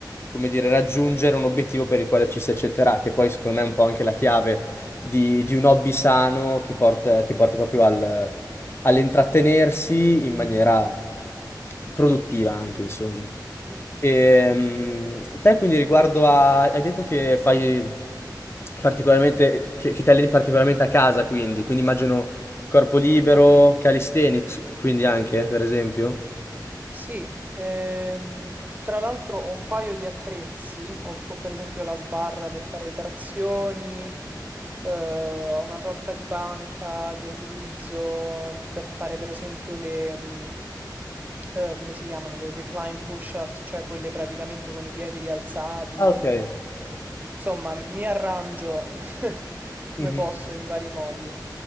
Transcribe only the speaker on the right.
Mm.
Sì, ehm, tra l'altro ho un paio di attrezzi, ho, ho per esempio la sbarra per fare le trazioni, eh, ho una sorta di panca che utilizzo per fare per esempio le, mm, eh, come si chiamano, le recline push-ups, cioè quelle praticamente con i piedi rialzati,
Insomma, mi arrangio <laughs> come
posso in vari modi